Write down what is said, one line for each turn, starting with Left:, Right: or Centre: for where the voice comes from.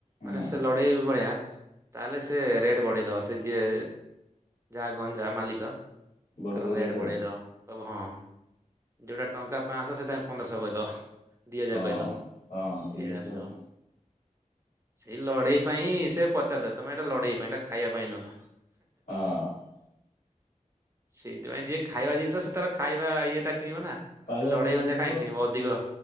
Left: ହୁଁ।
Right: ମାନେ ସେ ଲଢେଇ ଭଳିଆ ତାହେଲେ ସେ ରେଟ୍ ବଢ଼େଇଦବ, ସେ ଯିଏ ଯାହା ଗଞ୍ଜା ମାଲିକ।
Left: ବଡ଼
Right: ତାର
Left: ତ
Right: ରେଟ୍
Left: ଆଉ
Right: ବଢେଇ ଦବ କହିବ ହଁ, ଯୋଉଟା ଟଙ୍କା ପାଞ୍ଚଶହ ସେଇଟା ପନ୍ଦରଶହ କହିଦବ। ଦି ହଜାର
Left: ହଁ
Right: କହିଦବ
Left: ହଁ ଠିକ
Right: ଏ <unintelligible>
Left: କଥା
Right: ସ।
Left: ଆଉ
Right: ସେଇ ଲଢେଇ ପାଇଁ ସେ ପଚାରିଥିବ, ତମେ ଏଇଟା ଲଢେଇ ପାଇଁ ଏଟା ଖାଇବା ପାଇଁ ନୁହଁ।
Left: ହଁ
Right: ସେଇଥିପାଇଁ ଯିଏ ଖାଇବା, ଜିନିଷ ସେ ତାର ଖାଇବା ଇଏ ଟା କିଣିବ ନା।
Left: ଖାଇବା
Right: ଲଢେଇ
Left: ରେଟରେ
Right: ଗଞ୍ଜା
Left: ଯିବ
Right: କାହିଁ କିଣିବ, ଅଧିକ